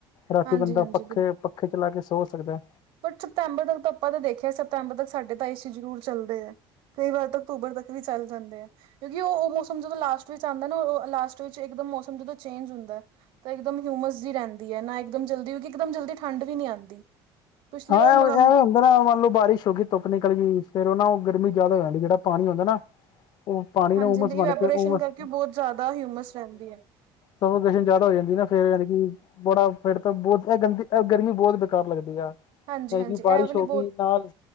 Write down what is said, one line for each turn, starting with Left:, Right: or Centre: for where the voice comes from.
Left: ਰਾਤੀ
Right: ਹਾਂਜੀ
Left: ਬੰਦਾ
Right: ਹਾਂਜੀ
Left: ਪੱਖੇ ਪੱਖੇ ਚਲਾ ਕੇ ਸੋ ਸਕਦਾ।
Right: ਪਰ ਸਤੰਬਰ ਤੱਕ ਤਾਂ ਆਪਾਂ ਤਾਂ ਦੇਖਿਆ ਸਤੰਬਰ ਤੱਕ ਸਾਡੇ ਤਾਂ ਏਸੀ ਜ਼ਰੂਰ ਚੱਲਦੇ ਆ। ਕਈ ਵਾਰ ਤਾਂ ਅਕਤੂਬਰ ਤੱਕ ਵੀ ਚੱਲ ਜਾਂਦੇ ਆ। ਕਿਉਂਕਿ ਉਹ ਉਹ ਮੌਸਮ ਜਦੋਂ ਲਾਸਟ ਵਿੱਚ ਆਉਂਦਾ ਨਾ ਉਹ ਲਾਸਟ ਵਿੱਚ ਇਕਦਮ ਮੌਸਮ ਜਦੋਂ ਚੇਂਜ ਹੁੰਦਾ। ਤਾਂ ਇੱਕਦਮ ਹਿਊਮਸ ਜੀ ਰਹਿੰਦੀ ਹੈ ਨਾ ਇਕਦਮ ਜਲਦੀ ਕਿਉਂਕਿ ਇੱਕਦਮ ਜਲਦੀ ਠੰਡ ਵੀ ਨਹੀਂ ਆਉਂਦੀ। ਪਿਛਲੀ
Left: ਹਾਂ
Right: ਵਾਰ
Left: ਐਵੇਂ
Right: ਨਵੰਬ
Left: ਹੁੰਦਾ ਨਾ ਮੰਨ ਲਓ ਬਾਰਿਸ਼ ਹੋ ਗਈ ਧੁੱਪ ਨਿਕਲ ਗਈ ਫੇਰ ਉਹ ਨਾ ਉਹ ਗਰਮੀ ਜ਼ਿਆਦਾ ਹੋ ਜਾਂਦੀ ਜਿਹੜਾ ਪਾਣੀ ਹੁੰਦਾ ਨਾ ਉਹ ਪਾਣੀ
Right: ਹਾਂਜੀ
Left: ਨਾ ਉਮਸ
Right: ਦੀ
Left: ਬਣ
Right: ਇਵੈਪੋਰੇਸ਼ਨ
Left: ਕੇ ਉਸ
Right: ਕਰਕੇ ਬਹੁਤ ਜ਼ਿਆਦਾ ਹਿਊਮਸ ਰਹਿੰਦੀ ਹੈ।
Left: ਸਫੋਕੇਸ਼ਨ ਜ਼ਿਆਦਾ ਹੋ ਜਾਂਦੀ ਨਾ ਫੇਰ ਯਾਨੀ ਕੀ ਬੜਾ ਫ਼ਿਰ ਬਹੁਤ ਇਹ ਗੰਦੀ ਗਰਮੀ ਬਹੁਤ ਬੇਕਾਰ ਲੱਗਦੀ ਆ।
Right: ਹਾਂਜੀ-ਹਾਂਜੀ
Left: ਹੈਗੀ
Right: ਇਹ
Left: ਬਾਰਿਸ਼
Right: ਵਾਲੀ
Left: ਹੋ ਗਈ
Right: ਬਹੁਤ
Left: ਨਾਲ